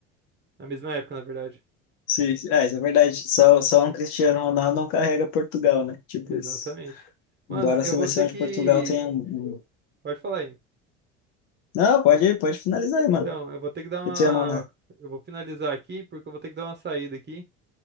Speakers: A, on the right; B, on the left.
A: Na mesma época, na verdade.
B: sim, é, isso é verdade, só, só um Cristiano Ronaldo não carrega Portugal, né, tipo
A: Exatamente.
B: isso.
A: Mano,
B: Embora
A: eu
B: a seleção
A: vou ter que...
B: de Portugal tenha um... um-
A: Pode falar aí.
B: Não, pode, pode finalizar aí, mano.
A: Então, eu vou ter que dar uma.
B: Eu tenho a mão na...
A: Eu vou finalizar aqui, porque eu vou ter que dar uma saída aqui.